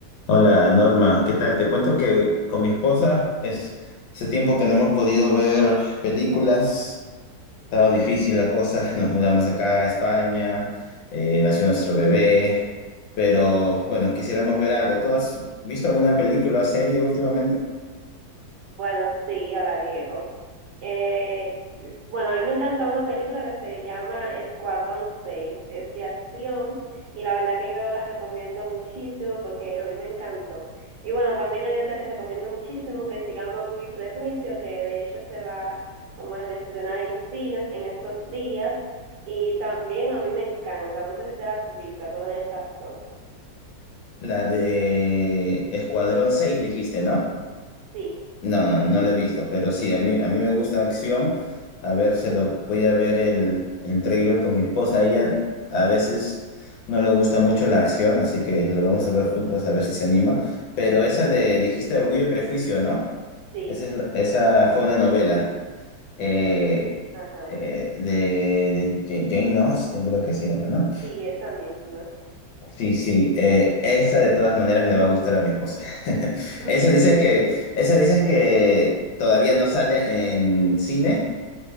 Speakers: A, on the left (about 80°); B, on the right (about 65°).
A: Hola Norma, ¿qué tal? Te cuento que con mi esposa es hace tiempo que no hemos podido ver películas, ha estado difícil la cosa, <laughs> nos mudamos acá a España, eh, nació nuestro bebé, pero bueno, quisiéramos ver algo. ¿Tú has visto alguna película o serie últimamente?
B: Bueno, sí, hola Diego. Eh, bueno, a mí me encanta una película que se llama Escuadrón 6, es de acción y la verdad que yo la recomiendo muchísimo porque a mí me encantó. Y bueno, también hay otra que recomiendo muchísimo que se llama Orgullo y Prejuicio, que de hecho se va como a estrenar en cines en estos días y también a mí me encanta, no sé si te la has visto, alguna de esas dos.
A: La de Escuadrón 6 dijiste, ¿no?
B: Sí,
A: No, no, no lo he visto, pero sí, a mí, a mí me gusta acción. A ver, se lo voy a ver el, el trailer con mi esposa. A ella a veces no le gusta mucho la acción, así que lo vamos a ver juntos a ver si se anima. Pero esa de, dijiste Orgullo y Prejuicio, ¿no?
B: sí,
A: Esa, es la- esa fue una novela eh,
B: ajá,
A: eh, de, de Ja- Jane Austen, creo que se llama, ¿no?
B: sí, esa misma.
A: Sí, sí, eh, esa de todas maneras le va a gustar a mi esposa. <laughs>
B: <laughs>
A: Esa dices que, esa dices que todavía no sale en cine.